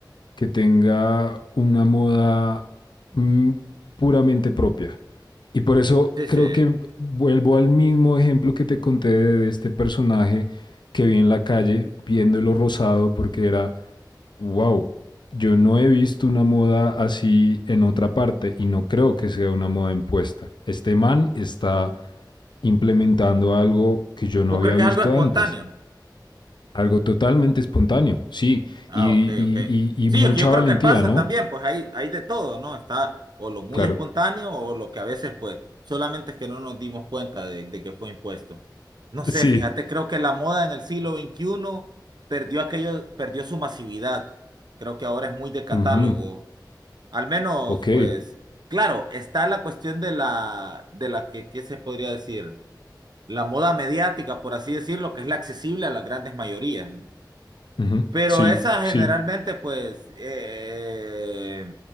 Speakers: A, on the left; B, on the right.
A: que tenga una moda mm, puramente propia. Y por eso
B: Sí,
A: creo
B: sí.
A: que vuelvo al mismo ejemplo que te conté de, de este personaje que vi en la calle viéndolo rosado porque era, wow, yo no he visto una moda así en otra parte y no creo que sea una moda impuesta. Este man está implementando algo que yo no
B: ¿Vos
A: había
B: crees que
A: visto
B: es algo espontáneo?
A: antes. Algo totalmente espontáneo, sí.
B: Ah,
A: Y,
B: ok,
A: y,
B: ok.
A: y,
B: Sí,
A: y mucha
B: es que yo
A: valentía,
B: creo que pasa
A: ¿no?
B: también, pues hay, hay de todo, ¿no? Está o lo muy
A: Claro.
B: espontáneo o lo que a veces, pues, solamente es que no nos dimos cuenta de, de que fue impuesto. No sé,
A: Sí.
B: fíjate, creo que la moda en el siglo veintiuno perdió aquello, perdió su masividad. Creo que ahora es muy de catálogo.
A: Ujú,
B: Al menos,
A: Ok.
B: pues, claro, está la cuestión de la, de la que, ¿qué se podría decir? La moda mediática, por así decirlo, que es la accesible a las grandes mayorías. ¿no?
A: Ujú,
B: Pero
A: Sí,
B: esa
A: sí,
B: generalmente, pues, eh,